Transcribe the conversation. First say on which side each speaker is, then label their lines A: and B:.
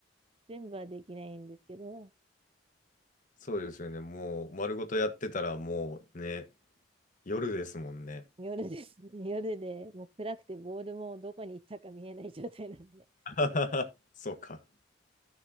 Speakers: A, on the right; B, on the left.
A: 全部はできないんですけど、
B: そうですよね。もう丸ごとやってたらもうね、夜ですもんね。
A: 夜ですね。<laughs> 夜で、もう暗くてボールもどこに行ったか見えない状態なんで。
B: <laughs> そうか。